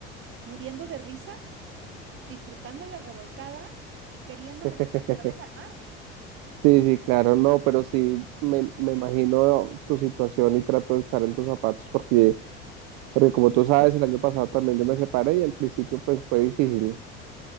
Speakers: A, on the right; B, on the right.
A: muriendo de risa, disfrutando la revolcada y queriendo
B: <laughs>
A: meterte otra vez al mar.
B: Sí, sí, claro, no, pero sí me, me imagino tu situación y trato de estar en tus zapatos porque, porque como tú sabes, el año pasado también yo me separé y al principio pues fue difícil,